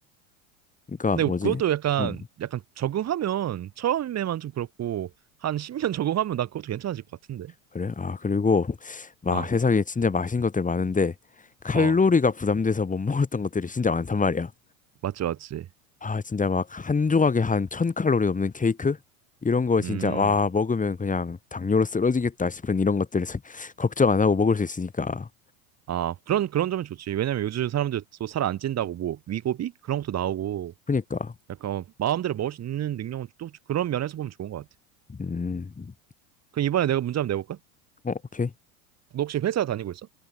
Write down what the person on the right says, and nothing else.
근데
그것도 약간
약간 적응하면 처음에만 좀 그렇고 한 10년 <laughs> 적응하면 나 그것도 괜찮아질 것 같은데.
아,
어,
맞지, 맞지.
음.
아, 그런 그런 점은 좋지. 왜냐면 요즘 사람들 또 살 안 찐다고 뭐 위고비 그런 것도 나오고
약간 마음대로 먹을 수 있는 능력은 또 그런 면에서 보면 좋은 것 같아.
그럼 이번에 내가 문제 한번 내볼까?
너 혹시 회사 다니고 있어?